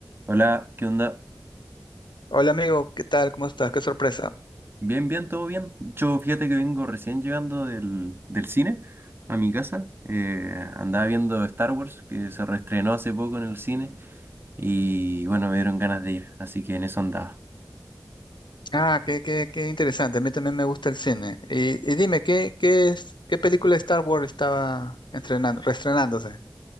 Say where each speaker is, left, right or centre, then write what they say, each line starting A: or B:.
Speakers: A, on the right; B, on the left.
A: Hola, ¿qué onda?
B: Hola amigo, ¿qué tal? ¿Cómo estás? Qué sorpresa.
A: Bien, bien, todo bien. Yo fíjate que vengo recién llegando del, del cine a mi casa. Eh, andaba viendo Star Wars, que se reestrenó hace poco en el cine. Y bueno, me dieron ganas de ir, así que en eso andaba.
B: Ah, qué, qué, qué interesante. A mí también me gusta el cine. Y, y dime, ¿qué, qué es, qué película de Star Wars estaba estrenando, reestrenándose?